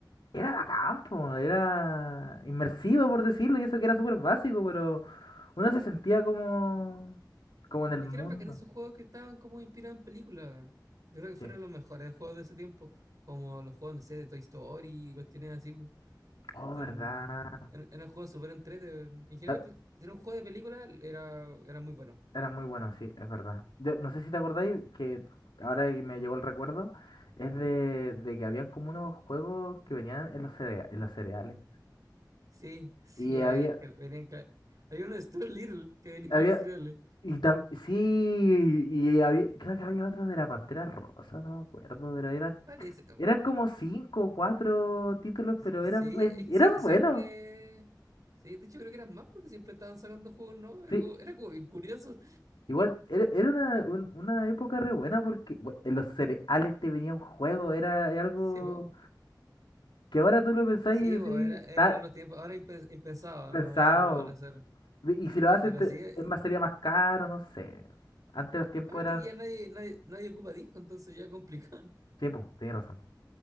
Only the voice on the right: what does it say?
Es
que eran bacanes esos juegos que estaban como inspirados en películas. Yo creo que fueron
los mejores juegos de ese tiempo. Como los juegos, no sé, de Toy Story y cuestiones así,
En,
en, en el juego súper entrete. En en general,
cul- si era un juego de película, era, era muy bueno.
Sí, sí,
habían,
cal- venían, cal- había uno de Stuart Little que venía
en los cereales.
Parece, um,
s-
sí,
es que
sie- siempre,
sí, de hecho creo que eran más porque siempre estaban sacando juegos no era
como, era como bien curioso.
Sí, po.
sí,
po, era- eran
los tiempos, ahora impen- impensado,
¿no? Ya no lo van a hacer.
Pero
sí, eh,
aparte
que ya nadie, nadie, nadie ocupa disco, entonces ya complicado.